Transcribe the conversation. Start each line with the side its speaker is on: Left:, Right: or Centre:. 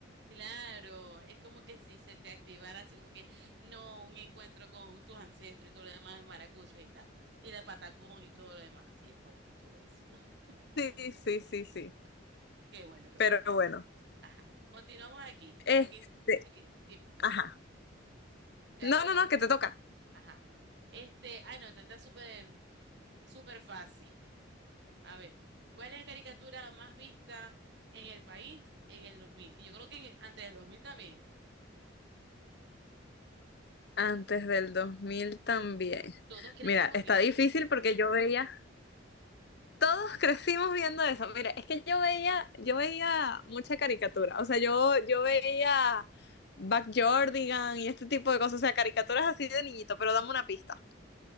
Right: Claro, es como que si se te activara así como que, no, un encuentro con tus ancestros y todo lo demás, el maracucho y tal. Y la patacón y todo lo demás, así después, todo eso. <laughs>
Left: Sí, sí, sí, sí.
Right: Qué bueno, qué
Left: Pero
Right: bueno.
Left: bueno.
Right: Ajá. Continuamos aquí,
Left: Este,
Right: aquí, aquí, dime,
Left: ajá.
Right: te
Left: No,
Right: hago la
Left: no, no,
Right: otra.
Left: que te toca.
Right: Ajá. Este, ay no, esta está súper, súper fácil. A ver, ¿cuál es la caricatura más vista en el país en el 2000? Y yo creo que en el- antes del 2000 también.
Left: Antes del 2000 también.
Right: Todos crecimos
Left: Mira, está
Right: viendo
Left: difícil
Right: eso.
Left: porque yo veía, todos <laughs> crecimos viendo eso. Mira, es que yo veía, yo veía mucha caricatura. O sea, yo, yo veía Jordan y este tipo de cosas. O sea, caricaturas así de niñito, pero dame una pista.